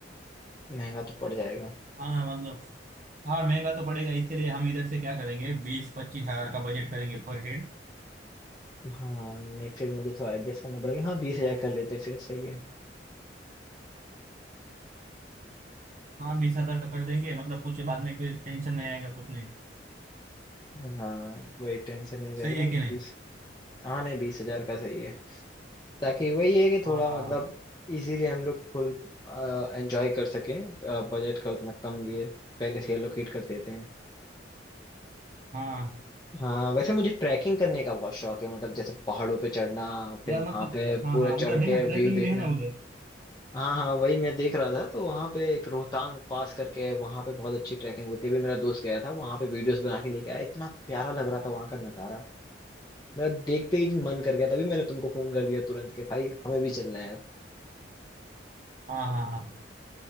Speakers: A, on the left (about 20°); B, on the right (about 45°).
A: महंगा तो पड़ जाएगा
B: हाँ ना मतलब हाँ महंगा तो पड़ेगा इसके लिए हम इधर से क्या करेंगे बीस पच्चीस हजार का बजट करेंगे पर हेड
A: हाँ नहीं फिर मुझे थोड़ा एडजस्ट करना पड़ेगा हाँ बीस हजार कर लेते फिर सही है
B: हाँ बीस हजार का कर देंगे मतलब कुछ बाद में कोई टेंशन नहीं आएगा कुछ नहीं
A: हाँ वही टेंशन नहीं रहेगा
B: सही है कि नहीं
A: बीस हाँ नहीं बीस हजार का सही है ताकि वही है कि थोड़ा
B: हाँ हाँ
A: मतलब
B: हाँ
A: इजीली हम लोग खुल एंजॉय कर सकें बजट का उतना कम लिए पहले से एलोकेट कर देते हैं
B: हाँ
A: हाँ वैसे मुझे ट्रैकिंग करने का बहुत शौक है मतलब जैसे पहाड़ों पे चढ़ना फिर
B: यार
A: वहां
B: मतलब
A: पे
B: हाँ
A: पूरा
B: हाँ
A: चढ़
B: उधर है
A: के
B: ना
A: व्यू
B: ट्रैकिंग
A: देखना
B: भी है ना उधर
A: हाँ हाँ वही मैं देख रहा था तो वहां पे एक रोहतांग पास करके वहां पे बहुत अच्छी ट्रैकिंग होती है अभी मेरा दोस्त गया था वहां पे वीडियोस बना के लेके आया इतना प्यारा लग रहा था वहां का नजारा मेरा देखते ही मन कर गया तभी मैंने तुमको फोन कर दिया तुरंत के भाई हमें भी चलना है अब
B: हाँ हाँ हाँ